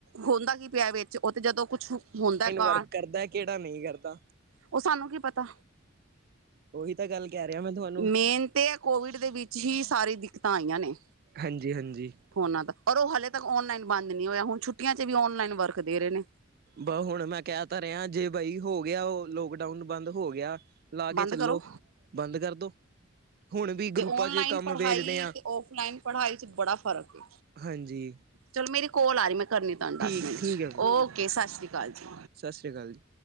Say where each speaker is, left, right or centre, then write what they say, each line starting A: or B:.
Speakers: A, on the right; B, on the right.
A: ਹੁੰਦਾ ਕੀ ਪਿਆ ਵਿੱਚ, ਉਹ ਤੇ ਜਦੋਂ ਕੁਛ ਹੁੰਦਾ ਕ
B: ਫਰਕ ਕਰਦਾ, ਕਿਹੜਾ ਨਹੀਂ ਕਰਦਾ।
A: ਉਹ ਸਾਨੂੰ ਕੀ ਪਤਾ
B: ਉਹੀ ਤਾਂ ਗੱਲ ਕਹਿ ਰਿਹਾ ਮੈਂ ਤੁਹਾਨੂੰ
A: ਮੇਨ ਤਾਂ ਕੋਵਿਡ ਦੇ ਵਿੱਚ ਹੀ ਸਾਰੀ ਦਿੱਕਤਾਂ ਆਈਆਂ ਨੇ।
B: ਹਾਂਜੀ, ਹਾਂਜੀ।
A: ਫੋਨਾ ਦਾ, ਪਰ ਉਹ ਹਾਲੇ ਤੱਕ ਔਨਲਾਈਨ ਬੰਦ ਨੀ ਹੋਇਆ, ਹੁਣ ਛੁੱਟੀਆਂ ਚ ਵੀ ਔਨਲਾਈਨ ਵਰਕ ਦੇ ਰਹੇ ਨੇ
B: ਬਹੁ ਹੁਣ ਮੈਂ ਕਹਿ ਤਾਂ ਰਿਹਾ ਜੇ ਬਈ ਹੋ ਗਿਆ, ਉਹ ਲੋਕਡਾਊਨ ਬੰਦ ਹੋ ਗਿਆ ਲਾ ਕੇ
A: ਬੰਦ
B: ਚੱਲੋ,
A: ਕਰੋ
B: ਬੰਦ ਕਰਦੋ। ਹੁਣ ਵੀ ਗਰੁੱਪਾਂ
A: ਤੇ ਔਨਲਾਈਨ
B: ਚ ਕੰਮ
A: ਪੜ੍ਹਾਈ
B: ਵੇਚਦੇ ਆ
A: ਤੇ ਔਫਲਾਈਨ ਪੜ੍ਹਾਈ ਚ ਬੜਾ ਫ਼ਰਕ ਏ।
B: ਹਾਂਜੀ।
A: ਚਲੋ ਮੇਰੀ ਕੋਲ ਆ ਰਹੀ ਮੈਂ ਕਰਨੀ ਤੁਹਾਨੂੰ
B: ਠੀਕ,
A: ਦਸ ਮਿੰਟ
B: ਠੀਕ
A: ਚ,
B: ਹੈ।
A: ਔਕੇ। ਕੇ ਸਤਿ ਸ਼੍ਰੀ ਅਕਾਲ ਜੀ।
B: ਸਤਿ ਸ੍ਰੀ ਅਕਾਲ ਜੀ।